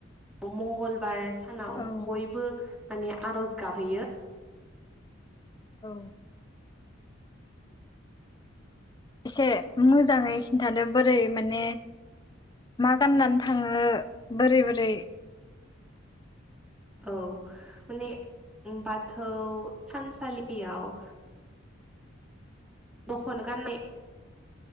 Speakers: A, in the centre; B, on the left.
A: मंगलबार सानाव
B: औ
A: बयबो माने आरज गाबहैयो
B: औ एसे मोजाङै खिन्थादो बोरै माने मा गाननानै थाङो बोरै बोरै
A: <inaudible> औ माने बाथौ थानसालियाव दखना गाननाय